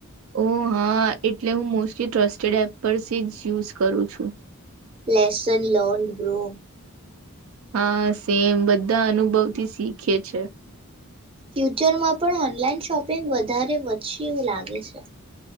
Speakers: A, on the right; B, on the right.
A: ઓ હા એટલે હું મોસ્ટલી ટ્રસ્ટેડ એપ પર જ યુઝ કરું છું
B: પસન લોન્ડ બ્રો
A: હા સેમ બધા અનુભવથી શીખે છે
B: ફ્યુચરમાં પણ ઓનલાઈન શોપિંગ વધારે વધશે એવું લાગે છે